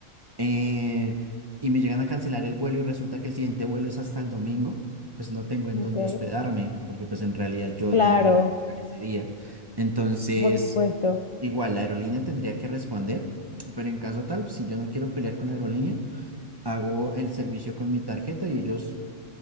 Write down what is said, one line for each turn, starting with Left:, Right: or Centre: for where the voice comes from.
Right: eh, y me llegan a cancelar el vuelo y resulta que el siguiente vuelo es hasta el domingo, pues no tengo en
Left: Ok.
Right: dónde hospedarme, porque pues en realidad yo
Left: Claro,
Right: tendría que viajar ese día. Entonces,
Left: por supuesto.
Right: igual la aerolínea tendría que responder, pero en caso tal, si yo no quiero pelear con la aerolínea, hago el servicio con mi tarjeta y ellos